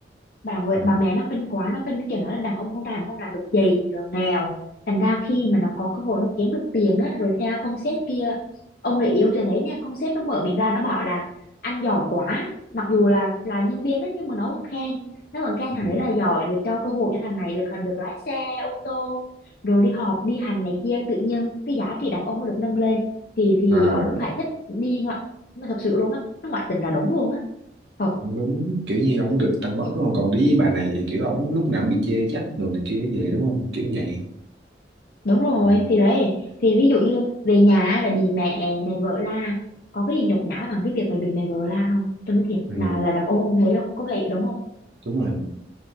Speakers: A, on the left; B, on the right.
A: bà vợ
B: Ừ.
A: bà mẹ nó khinh quá nó khinh cái kiểu nó là đàn ông con trai mà không làm được gì rồi nghèo thành ra khi mà nó có cơ hội nó kiếm được tiền á rồi theo con sếp kia ông này yêu sẽ thấy nha con sếp nó mở miệng ra nó bảo là anh giỏi quá mặc dù là là nhân viên đấy nhưng mà nó vẫn khen nó vẫn khen
B: Ừ.
A: thằng đấy là giỏi rồi cho cơ hội cho thằng này được được lái xe ô tô rồi đi họp đi hành này kia tự nhiên cái giá trị đàn ông nó được nâng lên thì thì
B: À,
A: ổng phải thích đi ngoại thật sự luôn á nó ngoại tình là đúng luôn á Thật
B: cũng đúng kiểu như ổng được tăng bớt đúng không còn với bà này thì kiểu ổng lúc nào cũng bị chê trách đồ này kia về đúng không kiểu vậy
A: đúng rồi
B: ừ.
A: thì đấy thì ví dụ như về nhà là bị mẹ mẹ vợ la có cái gì nhục nhã bằng cái việc mày bị mẹ vợ la không tôi nói thiệt
B: Ừ.
A: là là đàn ông ông thấy không có vậy đúng không
B: đúng rồi